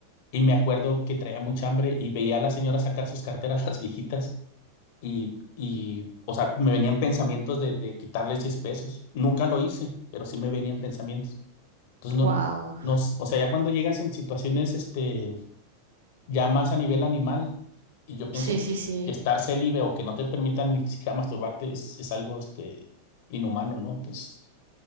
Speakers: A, on the left; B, on the right.
A: Y me acuerdo que traía mucha hambre y veía a la señora sacar sus carteras, <laughs> las viejitas, y, y o sea, me venían pensamientos de, de quitarles 10 pesos. Nunca lo hice, pero sí me venían pensamientos. Entonces, no,
B: Wow.
A: no, o sea, ya cuando llegas en situaciones, este, ya más a nivel animal, y yo pienso
B: Sí, sí, sí.
A: que estar célibe o que no te permitan ni siquiera masturbarte es, es algo, este, inhumano, ¿no? Entonces...